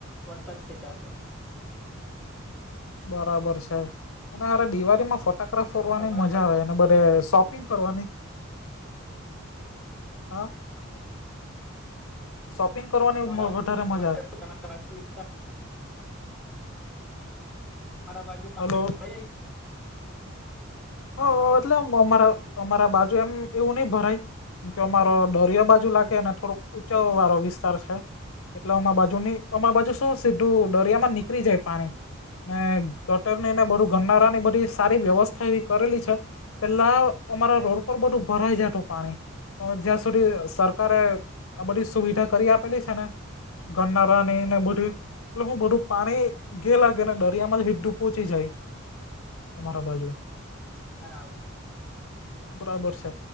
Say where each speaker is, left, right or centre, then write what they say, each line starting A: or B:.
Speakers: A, in the centre; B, on the left.
A: વરસાદ ખેંચાશે.
B: બરાબર છે. અને અરે દિવાળીમાં ફટાકડા ફોડવાની
A: તો તમારા
B: મજા
A: બાજુ
B: આવે અને બધે શોપ પિંગ કરવાની હા
A: હા
B: શોપિંગ કરવાની
A: તમારા બાજુ
B: વધારે મજા આવે.
A: <inaudible> તમારા બાજુ પાણી
B: હલો
A: ભરાઈ જાય છે?
B: હ
A: હલો
B: એટલે અમ અમારા અમારા બાજુ એમ એવું નહીં ભરાય. કેમ કે અમારો દરિયો બાજુ લાગેને, થોડોક ઊંચવ વાળો વિસ્તાર છે. એટલે અમા બાજુ ની અમા બાજુ શું સીધું દરિયામાં નીકરી જાય પાણી. ને ગટરની ને બધું ગનારાની બધી સારી વ્યવસ્થા એવી કરેલી છે. પેલા અમારા રોડ પર બધું ભરાઈ જતું પાણી. હવે જ્યાં સુધી સરકારે આ બધી સુવિધા કરી આપેલી છે ને ગન્નારાની ને એ બધુંય એટલે હું બધું પાણી ગે લાગે ને દરિયામાં હિંઢૂં પોચી જાય. અમારા બાજુ
A: બરાબર.
B: બરાબર છે.